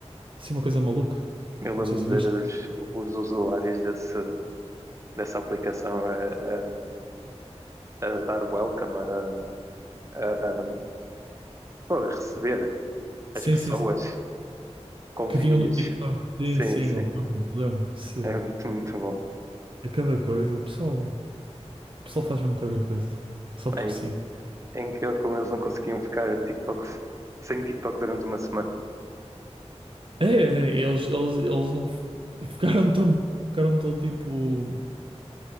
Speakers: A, on the right; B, on the right.
A: assim uma coisa maluca.
B: Eu lembro
A: Não sei se
B: de
A: viste.
B: ver os, os usuários desse, dessa aplicação a, a- a dar welcome, a, a- a- pô, a receber
A: Sim,
B: as pessoas
A: sim, sim.
B: com
A: Que
B: vídeos.
A: vinham do TikTok. Sim,
B: Sim,
A: sim,
B: sim.
A: eu lembro. lembro. Isso é
B: É muito, muito bom.
A: cada coisa. O pessoal, o pessoal faz mesmo cada coisa. Só porque
B: É, in-
A: sim.
B: é incrível como eles não conseguiam ficar TikToks, sem TikTok durante uma semana.
A: É, é, é, eles, eles, eles não f- ficaram tão, ficaram tão tipo